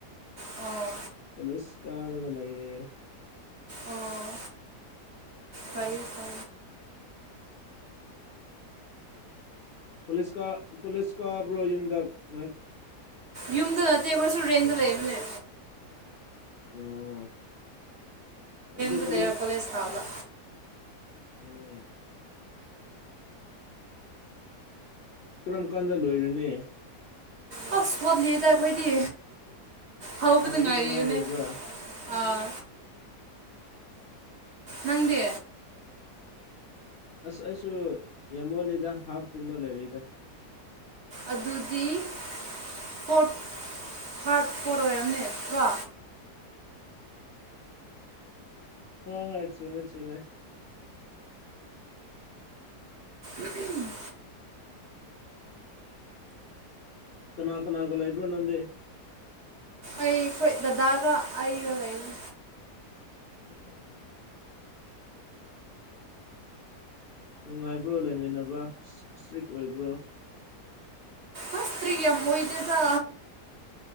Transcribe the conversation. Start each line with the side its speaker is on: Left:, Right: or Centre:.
Right: ꯑꯣ
Left: ꯄꯨꯂꯤꯁ ꯀꯥꯔꯒꯦ
Right: ꯑꯣ ꯐ ꯐ
Left: ꯎꯝ ꯄꯨꯁꯀ ꯄꯨꯂꯤꯁꯀꯕ꯭ꯔꯣ ꯌꯨꯝꯗ ꯀꯥꯏ
Right: ꯌꯨꯝꯗ ꯅꯠꯇꯦ ꯑꯩꯈꯣꯏꯁꯨ ꯔꯨꯔꯦꯟꯗ ꯂꯩꯕꯅꯦ
Left: ꯑꯣ ꯑꯗꯨ
Right: ꯗ
Left: ꯀꯣꯂꯦꯖ
Right: ꯂꯩꯦ ꯀꯂꯦ ꯁꯕ
Left: ꯎꯝ ꯀꯔꯝ ꯀꯥꯟꯗ ꯂꯣꯏꯔꯅꯦ
Right: ꯑ ꯐꯣꯟꯗꯗ ꯀꯣꯏꯗꯤ ꯍꯥꯎꯕꯗꯉꯥꯏ
Left: ꯍꯥꯎꯕꯗ ꯉꯥꯏꯔꯤꯕ꯭ꯔꯥ
Right: ꯑꯣ ꯑꯥ ꯅꯪꯗꯦ
Left: ꯑꯁ ꯑꯩꯁꯨ ꯌꯥꯝꯃꯣꯜꯂꯤꯗ ꯍꯥꯐꯀꯨꯝꯕ ꯂꯩꯔꯛꯏꯗ
Right: ꯑꯗꯨꯗꯤ ꯐꯣꯔ ꯊꯥꯔꯚ ꯐꯣꯔ ꯑꯣꯏꯔꯝꯅꯦ ꯀꯣ
Left: ꯍ ꯍꯣꯏ ꯆꯨꯝꯃꯦ ꯆꯨꯝꯃꯦ
Right: ꯑ ꯎꯝ
Left: ꯀꯅꯥ ꯀꯅꯥꯀ ꯂꯩꯕꯅꯗ
Right: ꯑꯩ ꯍꯈꯣꯏ ꯗꯗꯥꯒ ꯑꯩꯒ ꯂꯩꯔꯤ
Left: ꯎꯝ ꯅꯨꯡꯉꯥꯏꯕ꯭ꯔꯣ ꯂꯩꯃꯤꯟꯅꯕ ꯏꯁꯇ꯭ꯔꯤꯛ ꯑꯣꯏꯕ꯭ꯔꯣ
Right: ꯍꯁꯇ꯭ꯔꯤꯒ ꯌꯥꯝꯃꯣꯏꯗꯦꯖ